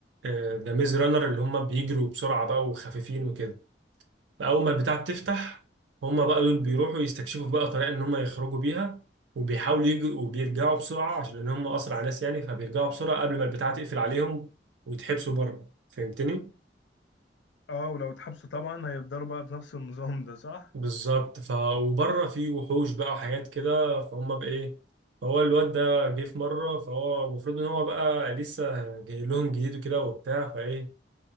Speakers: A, on the right (about 85°); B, on the left (about 80°).
A: ذا ميز رانر اللي هم بيجروا بسرعة بقى وخفيفين وكده فأول ما البتاع بتفتح هم بقى دول بيروحوا يستكشفوا بقى طريقة إن هم يخرجوا بيها وبيحاولوا يجوا وبيرجعوا بسرعة عشان إن هم أسرع ناس يعني فبيرجعوا بسرعة قبل ما البتاع تقفل عليهم ويتحبسوا بره فهمتني؟
B: اه ولو اتحبسوا طبعا هيفضلوا بقى بنفس النظام ده صح
A: بالظبط ف وبره في وحوش بقى وحاجات كده فهم بايه فهو الواد ده جه في مره فهو المفروض ان هو بقى لسه جاي لهم جديد وكده وبتاع فايه